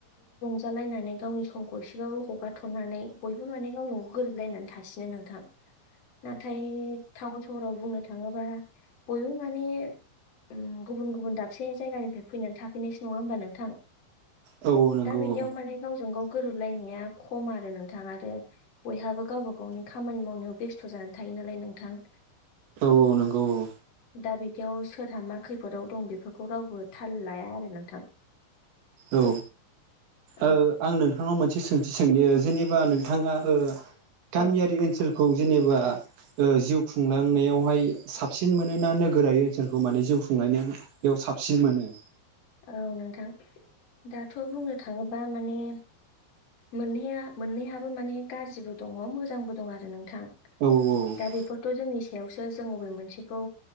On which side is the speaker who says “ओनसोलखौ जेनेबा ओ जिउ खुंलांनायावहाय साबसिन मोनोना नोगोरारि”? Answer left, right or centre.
Right